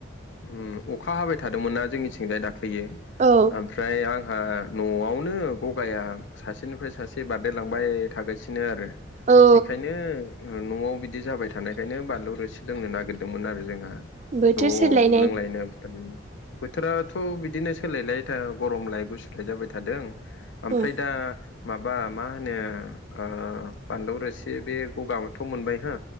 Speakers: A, on the left (about 70°); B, on the right (about 35°).
A: उम अखा हाबाय थादोंमोनना जोंनिथिं जाय दाख्लैयो
B: औ
A: ओमफ्राय आं हा न'आवनो गगाया सासेनिफ्राय सासे बारदेरलांबाय थागासिनो आरो
B: औ
A: बेखायनो न'आव बिदि जाबाय थानायखायनो बानलु रोसि लोंनो नागिरदोंमोन आरो जोंहा
B: बोथोर
A: ज'
B: सोलाय
A: लोंलायनो बुथारदोंमोन बोथोरा थ' बिदिनो सोलायलाय गरमलाय गुसुलाय जाबाय थादों ओमफ्राय
B: औ
A: दा माबा मा होनो ओ बानलौ रोसि बे गगाबोथ' मोनबाय हो